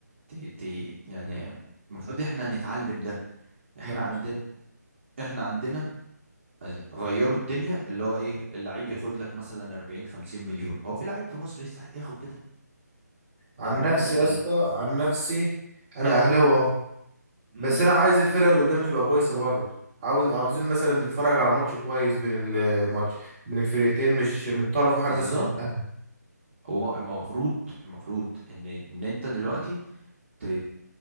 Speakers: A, on the right; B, on the right.
A: ت... ت... يعني المفروض إحنا نتعلم ده إحنا
B: ده المفروض
A: عندنا إحنا عندنا غيروا الدنيا اللي هو إيه اللعيب ياخد لك مثلا 40 50 مليون هو في لعيب في مصر يستحق ياخد كده
B: عن
A: طب ما
B: نفسي
A: أنت ال...
B: يا اسطى عن نفسي انا اهلاوي اهو
A: مم.
B: بس انا عايز الفرقه اللي قدامي تبقى كويسه برضه عاوز عاوزين مثلا نتفرج على ماتش كويس بين الماتش بين الفرقتين مش من طرف واحد
A: بالظبط
B: مثلا الاهلي
A: هو المفروض المفروض إن إن أنت دلوقتي ت...